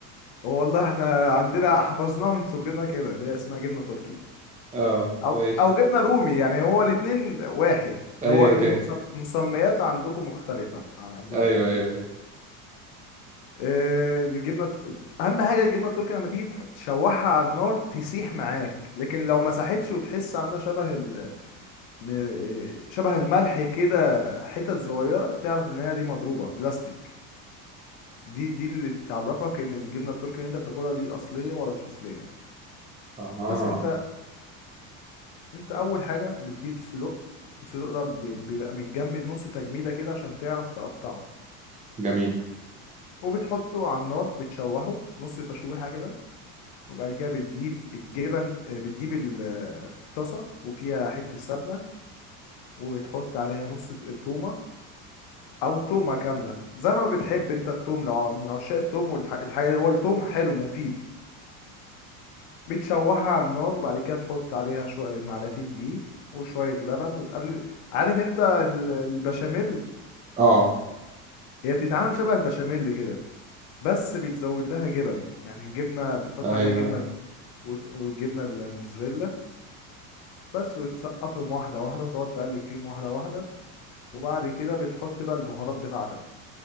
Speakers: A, on the left (about 65°); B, on the right (about 15°).
A: والله احنا عندنا حفظناها من صغرنا كده اللي هي اسمها جبنه تركي
B: اه
A: او
B: ماشي
A: او جبنه رومي يعني هو الاتنين واحد
B: ايا
A: هو المس-
B: كان
A: المسميات عندكم مختلفه عن عندنا
B: ايوه
A: يعني
B: ايوه ايوه
A: آه، الجبنه الت- اهم حاجه الجبنه التركي لما تيجي تح- تشوحها على النار تسيح معاك لكن لو مسحتش وتحس عامله شبه ال... م- آه، شبه الملح كده حتت صغيره تعرف ان هي دي مضروبه بلاستيك دي دي اللي تعرفك ان الجبنه التركي اللي انت بتاكلها دي اصليه ولا مش اصليه
B: اها
A: بس انت انت اول حاجه بتجيب صدوق الصدوق ده بي- بيبقى متجمد نص تجميده كده عشان تعرف تقطعه
B: جميل
A: وبتحطه على النار بتشوحه نص تشويحه كده وبعد كده بتجيب الجبن آه، بتجيب ال- آه، الطاسه وفيها حته سمنه وبتحط عليها نص تومه او تومه كامله زي ما بتحب انت التوم لو ع- من عشاق التوم والحاجه هو التوم حلو مفيد بتشوحها على النار وبعد كده تحط عليها شويه معلقتين دقيق وشويه لبن وتقلب عارف انت ال- البشاميل
B: اه
A: هي بتتعمل شبه البشاميل كده بس بيتزود لها جبن يعني الجبنة بتحط
B: ايوه
A: عليها جبنة وت- والجبنة الموزاريلا بس وتسقطهم واحدة واحدة وتقعد تقلب فيهم واحدة واحدة وبعد كده بتحط بقى البهارات بتاعتك